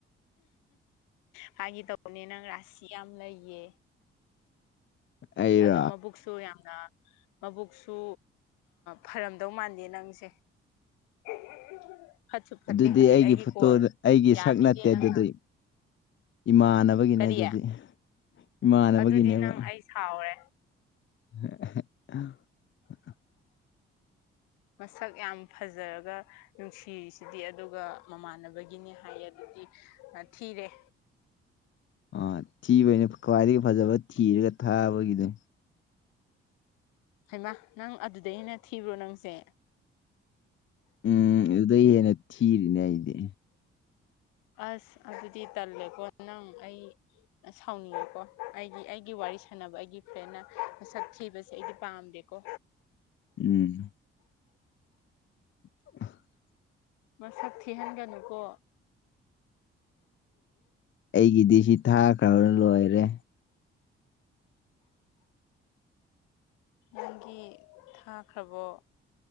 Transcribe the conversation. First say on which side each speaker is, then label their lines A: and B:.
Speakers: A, on the left (about 75°); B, on the left (about 40°).
A: ꯐꯒꯤ ꯇꯧꯕꯅꯦ ꯅꯪ ꯔꯥꯁꯤ ꯌꯥꯝ ꯂꯩꯌꯦ
B: ꯑꯩꯔꯣ
A: ꯑꯗꯣ ꯃꯕꯨꯛꯁꯨ ꯌꯥꯝꯅ ꯃꯕꯨꯛꯁꯨ ꯐꯔꯝꯗꯧ ꯃꯥꯟꯗꯦ ꯅꯪꯁꯦ <unintelligible> ꯐꯠꯇꯦ
B: ꯑꯗꯨꯗꯤ
A: ꯍꯧꯖꯤꯛ
B: ꯑꯩꯒꯤ ꯐꯣꯇꯣ
A: ꯀꯣꯜ
B: ꯑꯩꯒꯤ
A: ꯌꯥꯕꯤꯗꯦ
B: ꯁꯛ ꯅꯠꯇꯦ
A: ꯅꯪꯅ
B: ꯑꯗꯨꯗꯤ ꯏꯃꯥꯟꯅꯕꯒꯤꯅꯦ
A: ꯀꯔꯤ
B: ꯑꯗꯨꯗꯤ ꯏꯃꯥꯟꯅꯕꯒꯤꯅꯦꯕ
A: ꯑꯗꯨꯗꯤ ꯅꯪ ꯑꯩ ꯁꯥꯎꯔꯦ
B: <unintelligible>
A: ꯃꯁꯛ ꯌꯥꯝ ꯐꯖꯔꯒ ꯅꯨꯡꯁꯤꯔꯤꯁꯤꯗꯤ ꯑꯗꯨꯒ ꯃꯃꯥꯟꯅꯕꯒꯤꯅꯤ ꯍꯥꯏꯌꯦ ꯑꯗꯨꯗꯤ ꯑ ꯊꯤꯔꯦ
B: ꯑꯥ ꯊꯤꯕꯩꯅꯦ ꯈ꯭ꯋꯥꯏꯗꯒꯤ ꯐꯖꯕ ꯊꯤꯔꯒ ꯊꯥꯕꯒꯤꯅꯦ
A: ꯍꯩꯃꯥ ꯅꯪ ꯑꯗꯨꯗꯩ ꯍꯦꯟꯅ ꯊꯤꯕ꯭ꯔꯣ ꯅꯪꯁꯦ
B: ꯎꯝ ꯑꯗꯨꯗꯩ ꯍꯦꯟꯅ ꯊꯤꯔꯤꯅꯦ ꯑꯩꯗꯤ
A: ꯑꯁ ꯑꯗꯨꯗꯤ ꯇꯜꯂꯦꯀꯣ ꯅꯪ ꯑꯩ ꯑ ꯁꯥꯎꯅꯤꯡꯉꯦꯀꯣ ꯑꯩꯒꯤ ꯑꯩꯒꯤ ꯋꯥꯔꯤ ꯁꯥꯟꯅꯕ ꯑꯩꯒꯤ ꯐ꯭ꯔꯦꯟꯅ ꯃꯁꯛ ꯊꯤꯕꯁꯦ ꯑꯩꯗꯤ ꯄꯥꯝꯗꯦꯀꯣ
B: ꯎꯝ <inaudible>
A: ꯃꯁꯛ ꯊꯤꯍꯟꯒꯅꯨꯀꯣ
B: ꯑꯩꯒꯤꯗꯤ ꯁꯤ ꯊꯥꯈ꯭ꯔꯕꯅ ꯂꯣꯏꯔꯦ
A: ꯅꯪꯒꯤ ꯊꯥꯈ꯭ꯔꯕꯣ